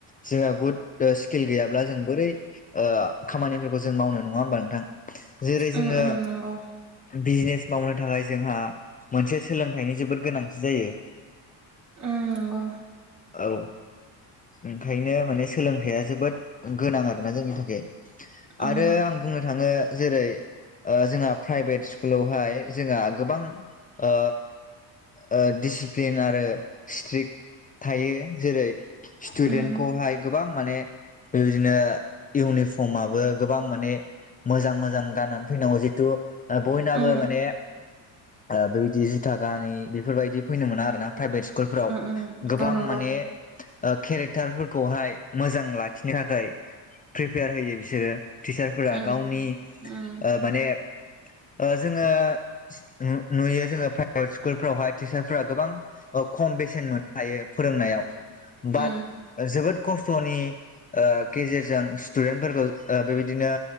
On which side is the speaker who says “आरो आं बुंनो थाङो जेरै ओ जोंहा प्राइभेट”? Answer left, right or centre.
Left